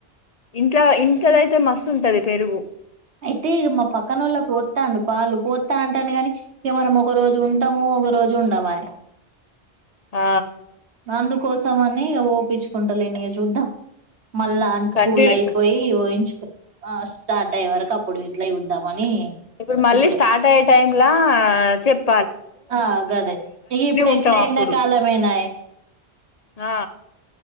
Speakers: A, on the left (about 45°); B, on the right (about 85°).
A: ఇంట్లో ఇంట్లోదైతే మస్తు ఉంటది పెరుగు
B: అయితే ఇగ మా పక్కనొల్లకి పోత్తను పాలు పోత్తా అంటాను గాని ఇక మనం ఒక రోజు ఉంటాము ఒక రోజు ఉండమాయే
A: అ
B: అందుకోసం అని ఇగ ఓపించు కుంటలేనిగ చూద్దాం మళ్ళా అని స్కూల్
A: కంటిన్యూ
B: అయిపోయి ఊయించు ఆ స్టార్ట్ ఐ వరకు అప్పుడు ఇట్లా చూద్దామని
A: ఇప్పుడు మళ్ళీ
B: ఇప్పుడే
A: స్టార్ట్ అయ్యే టైమ్లా చెప్
B: ఆ గదే ఇగ ఇప్పుడు
A: ఉంటాం
B: ఎట్లా
A: అప్పుడు
B: ఎండాకాలమేనాయే
A: ఆ